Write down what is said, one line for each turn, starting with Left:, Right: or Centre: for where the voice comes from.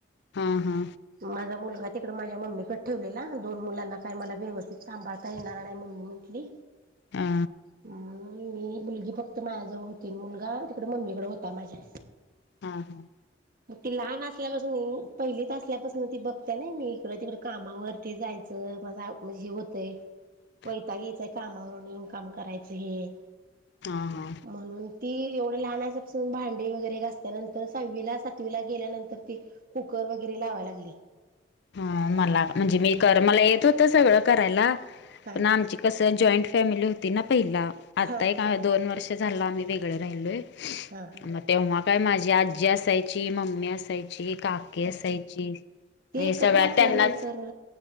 Left: हां हा
Right: माझा मुलगा तिकडं माझ्या मम्मीकडे ठेवलेला दोन मुलांना काय मला व्यवस्थित सांभाळता येणार नाय मम्मी म्हंटली
Left: हा
Right: मी हं मी मुलगी फक्त माझ्याजवळ होती मुलगा तिकडं मम्मीकडे होता माझ्या
Left: हां हां
Right: मग ती लहान असल्यापासून पहिलीत असल्यापासून ती बघत्या नाही मी इकडं तिकड कामावर ते जायचं माझा म्हणजे हे होतंय
Left: <unintelligible>
Right: वैताग यायचा कामावरून येेऊन काम करायचं हे
Left: हा हा
Right: म्हणून ती एवढं लहान असल्यापासून भांडी वगैरे घासत्या नंतर सहावीला सात वीला गेल्यानंतर ती कुकर वगैरे लावाय लागली.
Left: हा मला म्हणजे मी कर मला येत होत सगळं करायला
Right: हा
Left: पण आमची कसं जॉईंट फॅमिली होती ना पहिला आता
Right: हा
Left: एका
Right: हा
Left: दोन वर्ष झालं आम्ही वेगळं राहिलोय
Right: हा हा
Left: मग तेव्हा काय माझी आजी, असायची मम्मी असा याची, काकीे असायची.
Right: ते
Left: हे
Right: एकत्र
Left: सगळ्या
Right: असल्यानंतर
Left: त्यांनाच